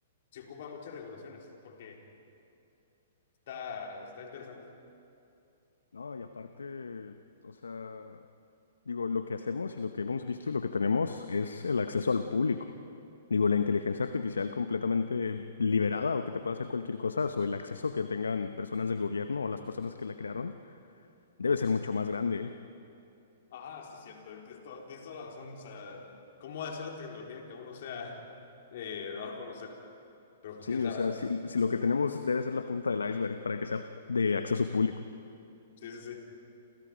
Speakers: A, on the left; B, on the left.
A: se ocupa muchas regulaciones porque está, está interesante.
B: No, y aparte, o sea, digo, lo que hacemos y lo que hemos visto y lo que tenemos es el acceso al público. Digo, la inteligencia artificial completamente liberada o que te pueda hacer cualquier cosa, o el acceso que tengan personas del gobierno o las personas que la crearon, debe ser mucho más grande.
A: Ah, sí, cierto. Tienes, to- tienes toda la razón. O sea, ¿cómo va a ser la tecnología que aún no se ha eh, dado a conocer? Pero pues,
B: Sí,
A: quién sabe.
B: o sea,
A: ¿verdad?
B: si, si lo que tenemos debe ser la punta del iceberg para que sea de acceso público.
A: Sí, sí, sí.